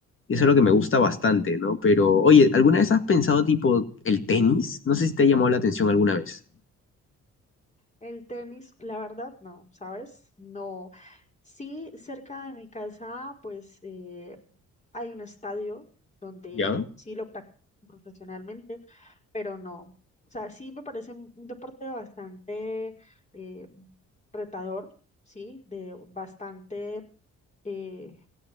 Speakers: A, on the left (about 45°); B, on the left (about 25°).
A: Y eso es lo que me gusta bastante, ¿no? Pero, oye, ¿alguna vez has pensado tipo el tenis? No sé si te ha llamado la atención alguna vez.
B: el tenis, la verdad no, ¿sabes? No. Sí, cerca de mi casa pues eh, hay un estadio donde
A: ¿Ya?
B: sí lo practico profesionalmente, pero no. O sea, sí me parece un un deporte bastante eh, retador, sí, de bastante... eh,